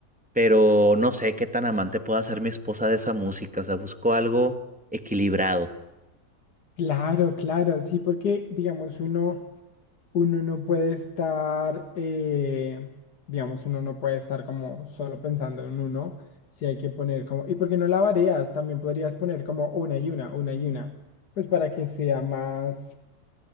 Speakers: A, in the centre; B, on the left.
A: pero no sé qué tan amante pueda ser mi esposa de esa música, o sea, busco algo equilibrado.
B: claro, claro, sí, porque digamos uno, uno no puede estar, eh, digamos uno no puede estar como solo pensando en uno, si hay que poner como, ¿y por qué no la varías? También podrías poner como una y una, una y una, pues para que sea más,